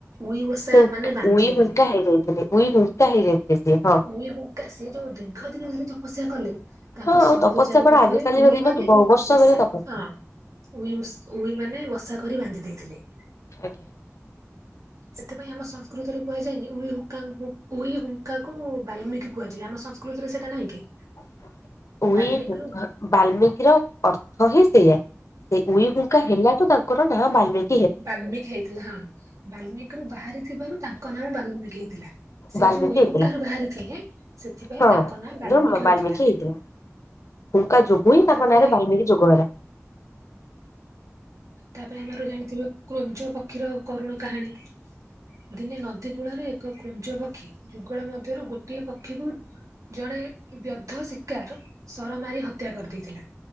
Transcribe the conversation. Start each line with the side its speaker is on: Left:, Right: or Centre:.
Right: ଉଇବସା
Left: ହୁଙ୍କ
Right: ମାନେ ବାନ୍ଧି
Left: ଉଇ ହୁଙ୍କା
Right: ଦେଲେ।
Left: ହେଇଯାଇଥିଲେ ଉଇ ହୁଙ୍କା ହେଇଯାଇଥିଲେ ସିଏ। ହଁ।
Right: ଉଇ ହୁଙ୍କା ସିଏ ଯୋଉ ଦୀର୍ଘ ଦିନ ଧରି ତପସ୍ୟା କଲେ। ତାଙ୍କ
Left: ହଁ
Right: ଶରୀର
Left: ଆଉ ତପସ୍ୟା
Right: ଚାରି
Left: କଣ
Right: ପାଖରେ
Left: ଆଜିକାଲିର
Right: ଉଈ
Left: ଦିନ
Right: ମାନେ
Left: କି ବହୁ ବର୍ଷ
Right: ବସା
Left: ଧରି ତପସ୍ୟା।
Right: ହଁ। ଉଇ ଉସ ଉଇ ମାନେ ବସା କରି ବାନ୍ଧି ଦେଇଥିଲେ।
Left: ଆଜ୍ଞା।
Right: ସେଥିପାଇଁ ଆମ ସଂସ୍କୃତରେ କୁହାଯାଇନି। ଉଇ ହୁକା ଉଇ ହୁଙ୍କାକୁ ବାଲ୍ମିକି କୁହାଯାଏ। ଆମ ସଂ କୃତରେ ସେଟା ନାହିଁ କି?
Left: <inaudible> ଉଇହୁଙ୍କା
Right: ବାଲ୍ମିକିରୁ
Left: ବାଲ୍ମିକିର ଅର୍ଥ ହଁ ସେଇଆ। ସେ ଉଇ ହୁଙ୍କା ହେଲାଠୁ ତାଙ୍କୁ ଙ୍କର ନାଁ ବଲ୍ମିକ
Right: ବଲ୍ମିକ ହେଇଥିଲା। ହଁ ବାଲ୍ମିକରୁ ବାହାରି ଥିବାରୁ ତାଙ୍କ ନାଁ ବାଲ୍ମିକ ହେଇଥିଲା। ସେ
Left: ବାଲ୍ମିକି
Right: ଯୋଉ ଉଈହୁଙ୍କାରୁ
Left: ହେଇଥିଲା।
Right: ବାହାରିଥିଲେ। ସେଥିପାଇଁ
Left: ହଁ
Right: ତାଙ୍କ ନାଁ ବାଲ୍ମିକ
Left: ବାଲ୍ମିକି
Right: ହୋଇଥିଲା।
Left: ହେଇଥିଲା ହୁଙ୍କା ଯୋଗୁ ହିଁ ତାଙ୍କ
Right: ତାପରେ
Left: ନାଁରେ ବଲ୍ମିକ ଯୋଗ ହେଲା।
Right: ତାପରେ ଆମର ଜାଣିଥିଵେ। କ୍ରୁଞ୍ଜ ପକ୍ଷୀର କରୁଣ କାହାଣୀ। ଦିନେ ନଦୀ କୂଳରେ ଏକ କ୍ରୁଞ୍ଜ ପକ୍ଷୀ ଯୁଗଳ ମଧ୍ୟରୁ ଗୋଟିଏ ପକ୍ଷୀକୁ ଜଣେ ବ୍ୟଧ ଶିକାର ସର ମାରି ହତ୍ୟା କରିଦେଇଥିଲେ।